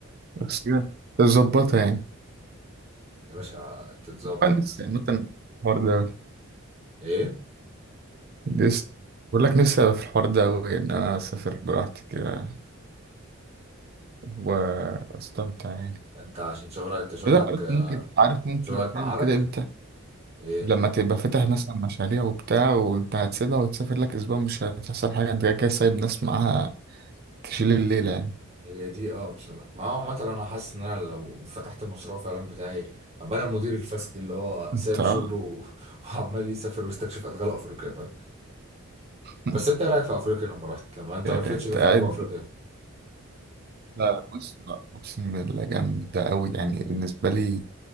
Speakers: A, on the right; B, on the right.
A: بس كده تظبطها يعني
B: يا باشا تتظبط
A: انا نفسي عامة الحوار ده
B: ايه
A: لسه بقول لك نفسي أبقى في الحوار ده أوي إن أنا أسافر براحتي كده واستمتع يعني
B: انت عشان شغلك انت شغلك
A: لا عارف ممكن عارف ممكن
B: شغلك
A: تعمل
B: مقعدك
A: كده امتى
B: ايه
A: لما تبقى فاتح مثلا مشاريع وبتاع وانت هتسيبها وتسافر لك اسبوع مش هتحصل حاجه انت كده كده سايب ناس معاها تشيل الليله يعني
B: هي دي اه بصراحه ما هو مثلا انا حاسس ان انا لو فتحت المشروع فعلا بتاعي ابقى انا المدير الفاسد اللي هو
A: انت
B: سايب
A: آه.
B: شغله و- <laughs> وعمال يسافر ويستكشف ادغال افريقيا فاهم
A: <laughs>
B: بس انت إيه رايك في افريقيا لما رحت لما انت ما لفتش
A: انت
B: غير في
A: قاعد
B: جنوب افريقيا
A: لا بص لا اقسم بالله جامده قوي يعني بالنسبه لي